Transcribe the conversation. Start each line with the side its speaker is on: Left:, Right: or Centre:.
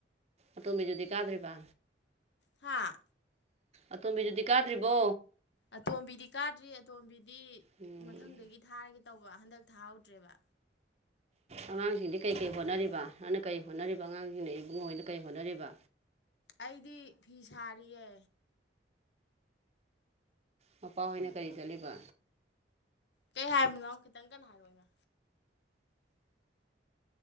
Right: ꯑꯇꯣꯝꯕꯤꯗꯨꯗꯤ ꯀꯥꯗ꯭ꯔꯤꯕ
Left: ꯍꯥꯥ
Right: ꯑꯇꯣꯝꯕꯤꯗꯨꯗꯤ ꯀꯥꯗ꯭ꯔꯤꯕꯣ
Left: ꯑꯇꯣꯝꯕꯤꯗꯤ ꯀꯥꯗ꯭ꯔꯤ ꯑꯇꯣꯝꯕꯤꯗꯤ
Right: ꯎꯝ
Left: ꯃꯊꯪꯗꯒꯤ ꯊꯥꯔꯒꯦ ꯇꯧꯕ ꯍꯟꯗꯛ ꯊꯥꯍꯧꯗ꯭ꯔꯦꯕ
Right: ꯑꯉꯥꯡꯁꯤꯡꯗꯤ ꯀꯩꯀꯩ ꯍꯣꯠꯅꯔꯤꯕ ꯅꯪꯅ ꯀꯩ ꯍꯣꯠꯅꯔꯤꯕ ꯑꯉꯥꯡꯁꯤꯡꯅ ꯏꯕꯨꯡꯉꯣ ꯍꯣꯏꯅ ꯀꯩ ꯍꯣꯠꯅꯔꯤꯕ
Left: ꯑꯩꯗꯤ ꯐꯤ ꯁꯥꯔꯤꯌꯦ
Right: ꯃꯄꯥ ꯍꯣꯏꯅ ꯀꯔꯤ ꯆꯠꯂꯤꯕ
Left: ꯀꯩ ꯍꯥꯏꯕꯅꯣ ꯈꯤꯇꯪ ꯀꯟꯅ ꯍꯥꯏꯔꯛꯑꯣ ꯏꯃꯥ